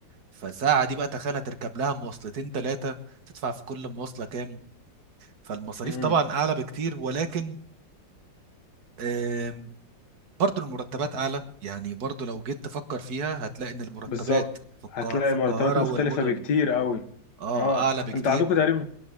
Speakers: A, on the right; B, on the left.
A: فساعة دي بقى تخيل هتركب لها مواصلتين ثلاثة تدفع في كل مواصلة كام فالمصاريف
B: امم
A: طبعا اعلى بكتير ولكن آم، برضو المرتبات اعلى يعني برضو لو جيت تفكر فيها هتلاقي ان المرتبات
B: بالظبط
A: في القا-
B: هتلاقي
A: في
B: المرتبات
A: القاهرة
B: مختلفه
A: والمدن
B: بكتير قوي
A: اه
B: اه
A: اعلى بكتير
B: انت عندكم تقريبا